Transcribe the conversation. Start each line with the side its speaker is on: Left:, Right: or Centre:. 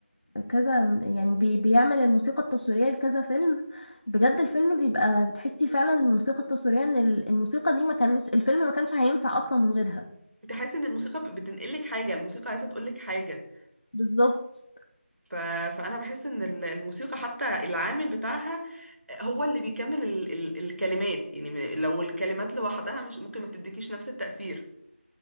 Left: كذا يعني بي... بيعمل الموسيقى التصويريه لكذا فيلم بجد الفيلم بيبقى بتحسي فعلا الموسيقى التصويريه ان ال- الموسيقى دي ما كانش الفيلم ما كانش هينفع اصلا من غيرها
Right: تحس ان الموسيقى بتنقل لك حاجه الموسيقى عايزه تقول لك حاجه
Left: بالظبط
Right: ف... فانا بحس ان ال- الموسيقى حتى العامل بتاعها هو اللي بيكمل ال... ال... الكلمات يعني م- لو الكلمات لوحدها مش ممكن ما تديكيش نفس التاثير